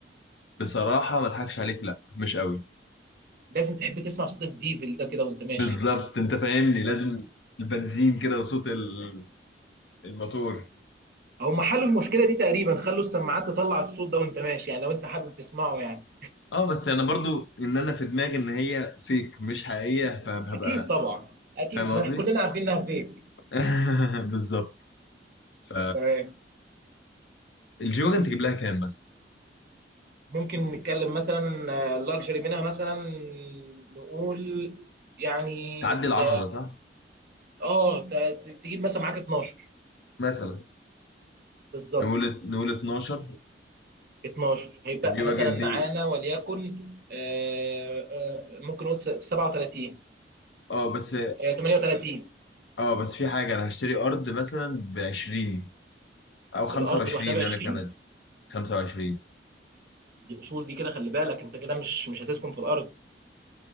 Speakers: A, on the left (about 80°); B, on the right (about 55°).
A: بصراحة ما اضحكش عليك لا مش قوي
B: لازم تحب تسمع صوت الديفل ده كده وانت ماشي
A: بالظبط انت فاهمني لازم البنزين كده وصوت ال- الموتور
B: او محل المشكله دي تقريبا خلوا السماعات تطلع الصوت ده وانت ماشي يعني لو انت حابب تسمعه يعني
A: اه بس انا برضو ان انا في دماغي ان هي فيك مش حقيقية فهبقى
B: اكيد طبعا اكيد
A: فاهم قصدي؟
B: ما إحنا كلنا عارفين انها فيك
A: <laughs> بالظبط ف
B: تمام
A: الجيوجن تجيب لها كام مثلا؟
B: ممكن نتكلم مثلا لاكجري منها مثلا نقول يعني
A: تعدي ال 10
B: ت-
A: صح؟
B: اه ت- ت- تجيب مثلا معاك 12
A: مثلا
B: بالظبط
A: نقول نقول 12
B: 12 هيبقى
A: الجيوجن
B: مثلا
A: دي
B: معانا وليكن آه، آه، ممكن نقول 37
A: اه بس
B: آه، 38
A: اه بس في حاجة انا هشتري ارض مثلا ب 20 او 25
B: الارض لوحدها ب 20
A: انا كمان 25
B: دي اصول دي كده خلي بالك انت كده مش مش هتسكن في الارض